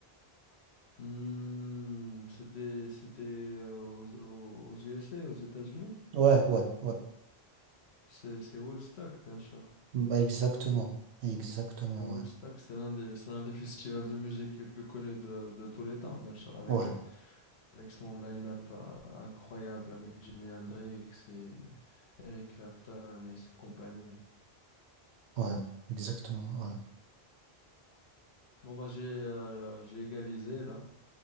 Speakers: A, on the left; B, on the right.
A: Hmm, c'était, c'était euh, aux, aux aux USA, aux États-Unis.
B: Ouais, ouais, ouais.
A: C'est, c'est Woodstock, bien sûr.
B: Bah, exactement. Exactement,
A: Et Woodstock,
B: ouais.
A: c'est l'un des, c'est l'un des festivals de musique les plus connus de, de tous les temps, bien sûr, avec,
B: Ouais,
A: euh, avec son line-up euh, incroyable, avec Jimi Hendrix et Eric Clapton et ses compagnies.
B: ouais. Exactement, ouais.
A: Bon, bah, j'ai euh, j'ai égalisé, là.